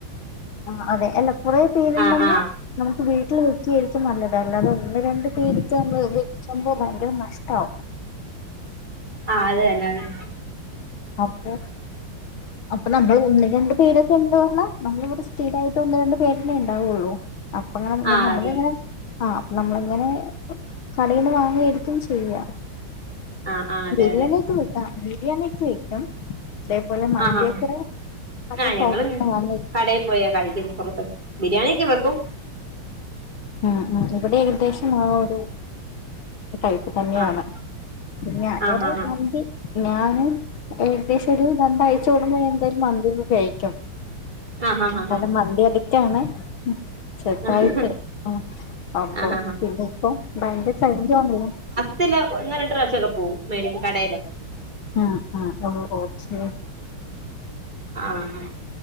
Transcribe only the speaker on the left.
ആഹ് അതെ അല്ല കൊറേ പേരുണ്ടങ്ങ
നമുക്ക് വീട്ടില് വെക്കായിരിക്കും നല്ലത് അല്ലാതെ ഒന്ന് രണ്ട് പേര്ക്ക് നമ്മള് വെ <unintelligible> ഭയങ്കര നഷ്ടാവും
അപ്പൊ അപ്പൊ നമ്മള് ഒന്ന് രണ്ട് പേരൊക്കെ ഉണ്ട്പറഞ്ഞാ നമ്മൾ ഇവ്ടെ സ്ഥിരായിട്ട് ഒന്ന് രണ്ട് പേരന്നെ ഉണ്ടാവൊള്ളു അപ്പങ്ങനെ
നമ്മളിങ്ങനെ
ആഹ് അപ്പൊ നമ്മളിങ്ങനെ കടേന്ന് വാങ്ങിയാരിക്കും ചെയ്യുക
ബിരിയാണിയൊക്കെ
വെക്ക ബിരിയാണിയൊക്കെ വെക്കും അതേപോലെ മന്തിയൊക്കെ
നമ്മള്
പുറത്തുന്ന് വാങ്ങി
ഉം ഉം ഇവിടെ ഏകദേശം ആ ഒരു ടൈപ്പ് തന്നെയാണ്
പിന്നെ
ഇവിടെ
മന്തി ഞാന് ഏകദേശം ഒരു രണ്ടാഴ്ച കൂടുമ്പോ എന്തായാലും മന്തിപോയി കഴിക്കും
കാരണം മന്തി അടിക്റ്റാണ് ചെറ്തായിട്ട്
ഉം അപ്പൊ
പിന്നെ ഇപ്പോ ഭയങ്കര <unintelligible>
ആഹ് ആഹ് ഓഹ് ഒക്കെ